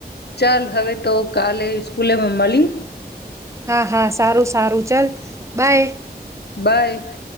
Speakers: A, on the left; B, on the right.
A: ચાલ હવે તો કાલે સ્કૂલે મલી
B: હા હા સારું સારું ચલ બાય
A: બાય